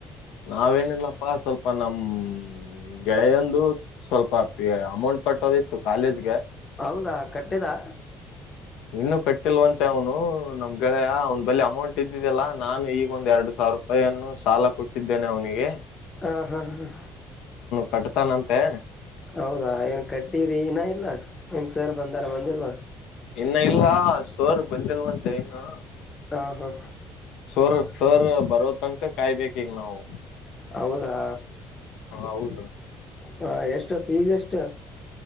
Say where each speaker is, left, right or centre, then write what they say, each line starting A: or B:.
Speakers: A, on the left (about 80°); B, on the left (about 20°).
A: ನಾವೇನಿಲ್ಲಪ್ಪಾ ಸ್ವಲ್ಪ ನಮ್ ಗೆಳೆಯಂದು ಸ್ವಲ್ಪ ಅಮೌಂಟ್ ಕಟ್ಟೋದಿತ್ತು ಕಾಲೇಜ್
B: ಹೌದಾ ಕಟ್ಟಿದಾ
A: ಇನ್ನು ಕಟ್ಟಿಲ್ವಂತೆ ಅವನು ನಮ್ ಗೆಳೆಯ ಅವ್ನ್ ಬಲಿ ಅಮೌಂಟ್ ಇದ್ದಿದಿಲ್ಲ ನಾನು ಈಗ ಒಂದ್ ಎರಡು ಸಾವಿರ ರೂಪಾಯನ್ನು ಸಾಲ ಕೊಟ್ಟಿದ್ದೇನೆ ಅವನಿಗೆ
B: ಹಾ ಹಾ ಹಾ
A: ಕಟ್ಟ್ತಾನಂತೆ
B: ಹೌದಾ ಏನ್ ಕಟ್ಟ್ ಟ್ಟೀರೀನ ಏನ ಇಲ್ಲ ಏನ್ಸರ್ ಬಂದಾರ ಬಂದಿಲ್ವಾ
A: ಇನ್ನ ಇಲ್ಲ ಸರ್ ಬಂದಿಲ್ವಂತೆ ಇನ್ನು
B: ಹಾ ಹಾ
A: ಸರ್ ಸರ್ ಬರೋತನಕ ಕಾಯ್ಬೇಕಿಗ ನಾವು
B: ಹೌದಾ
A: ಹಾ ಹೌದ
B: ಹಾ ಎಷ್ಟ ಫೀಸ್ ಎಷ್ಟ